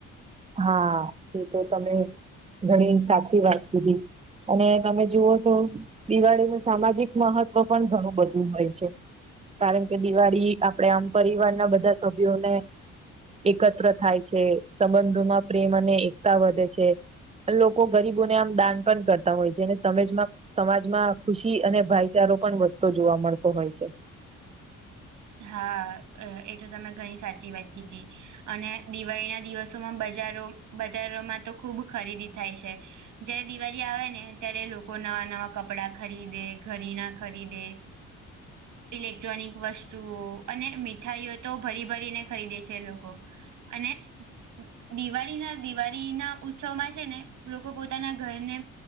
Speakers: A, on the right; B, on the right.
A: હા એ તો તમે ઘણી સાચી વાત કીધી અને તમે જુઓ તો દિવાળીનું સામાજિક મહત્વ પણ ઘણું બધું હોય છે. કારણ કે દિવાળી આપણેે આમ પરિવારના બધા સભ્યોને એકત્ર થાય છે સંબંધોમાં પ્રેમ અને એકતા વધે છે. લોકો ગરીબોને આમ દાન પણ કરતા હોય છે ને સમજમાં સમાજમાં ખુશી અને ભાઈચારો પણ વધતો જોવા મળતો હોય છે.
B: હા, એ તો તમે ઘણી સાચી વાત કીધી અને દિવાળી ના દિવસોમાં બજારો બજારોમાં તો ખૂબ ખરીદી થાય છે. જયારે દિવાળી આવે ને ત્યારે લોકો નવા નવા કપડાં ખરીદે ઘરીણા ખરીદે ઇલેક્ટ્રોનિક વસ્તુ ઓ અને મીઠાઈઓ તો ભરી ભરીને ખરીદે છે લોકો અને દિવાળીના દિવાળીના ઉત્સવમાં છે ને લોકો પોતાના ઘરને